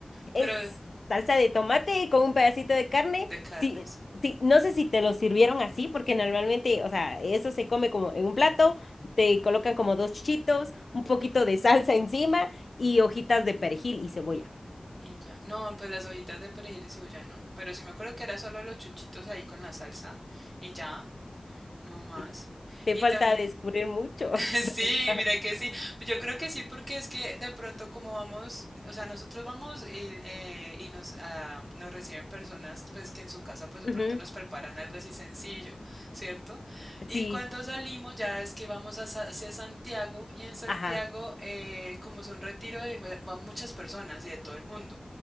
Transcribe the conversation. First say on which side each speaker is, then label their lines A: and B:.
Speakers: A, on the right; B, on the left.
A: pero
B: Es
A: de,
B: salsa de tomate con un pedacito de carne.
A: carne,
B: Sí,
A: sí.
B: sí, no sé si te lo sirvieron así, porque normalmente, o sea, eso se come como en un plato, te
A: Ujú.
B: colocan como dos chitos, un poquito de salsa encima y hojitas de perejil y cebolla.
A: Y ya, no, pues las hojitas de perejil y cebolla no, pero sí me acuerdo que era solo los chuchitos ahí con la salsa y ya. No más.
B: Y te te
A: Y
B: falta
A: también,
B: descubrir mucho.
A: <laughs>
B: <laughs> todavía.
A: sí, mira que sí. Yo creo que sí, porque es que de pronto como vamos, o sea, nosotros vamos y, eh, y nos, ah, nos reciben personas, pues que en su casa, pues de
B: Ujú,
A: pronto nos preparan algo así sencillo, ¿cierto? Y
B: Sí,
A: cuando salimos ya es que vamos a Sa- hacia Santiago y en Santiago,
B: ajá,
A: eh, como es un retiro, de- eh, van muchas personas y de todo el mundo.